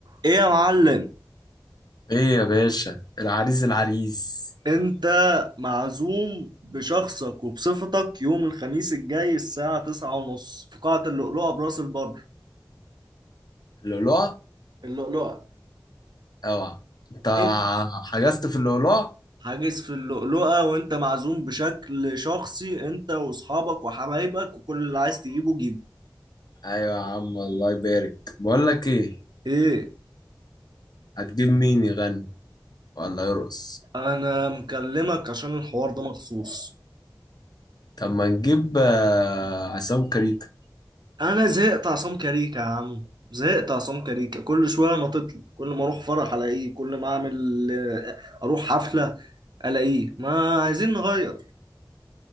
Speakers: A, on the right; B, on the left.
A: ايه يا معلم
B: ايه يا باشا العريس العريس
A: انت معزوم بشخصك وبصفتك يوم الخميس الجاي الساعة تسعة ونص في قاعة اللؤلؤة براس البر
B: اللؤلؤة
A: اللؤلؤة
B: اوعى انت
A: انت
B: حجزت في اللؤلؤة
A: حاجز في اللؤلؤة وانت معزوم بشكل شخصي انت واصحابك وحبايبك وكل اللي عايز تجيبه جيبه
B: ايوه يا عم الله يبارك بقول لك ايه
A: ايه
B: هتجيب مين يغني ولا يرقص
A: انا مكلمك عشان الحوار ده مخصوص
B: طب ما نجيب آه، عصام كريكة
A: انا زهقت عصام كاريكا يا عم زهقت عصام كاريكا كل شوية نطتلي كل ما اروح فرح الاقيه كل ما اعمل آه، اروح حفلة الاقيه ما عايزين نغير